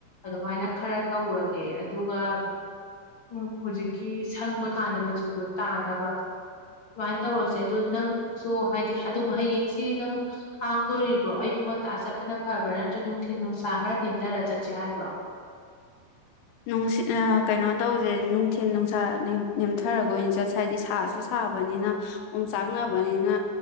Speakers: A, on the left; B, on the left.
A: ꯑꯗꯨꯃꯥꯏꯅ ꯈꯔ ꯇꯧꯔꯒꯦ ꯑꯗꯨꯒ ꯎꯝ ꯍꯧꯖꯤꯛꯀꯤ ꯁꯪꯕ ꯀꯥꯟꯗ ꯃꯆꯨꯗꯣ ꯇꯥꯅꯕ ꯑꯗꯨꯃꯥꯏꯅ ꯇꯧꯔꯁꯦ ꯑꯗꯨꯗ ꯅꯪꯁꯨ ꯍꯥꯏꯗꯤ ꯑꯗꯨꯝ ꯍꯌꯦꯡꯁꯤ ꯅꯪ ꯍꯥꯡꯗꯣꯔꯤꯕ꯭ꯔꯣ ꯑꯌꯨꯛ ꯉꯟꯇꯥ ꯆꯠꯄꯅ ꯐꯕ꯭ꯔꯥ ꯅꯠꯇ꯭ꯔ ꯅꯨꯡꯊꯤꯤꯟ ꯅꯨꯡꯁꯥ ꯈꯔ ꯅꯦꯝꯊꯔ ꯆꯠꯁꯦ ꯍꯥꯏꯕ꯭ꯔꯣ
B: ꯅꯨꯡꯁꯤ ꯀꯩꯅꯣ ꯇꯧꯁꯦ ꯅꯨꯡꯊꯤꯟ ꯅꯨꯡꯁꯥ ꯅꯦꯝꯊꯔꯒ ꯑꯣꯏꯅ ꯆꯠꯁꯦ ꯍꯥꯏꯕꯗꯤ ꯁꯥꯁꯨ ꯁꯥꯕꯅꯤꯅ ꯑꯣꯝ ꯆꯥꯛꯅꯕꯅꯤꯅ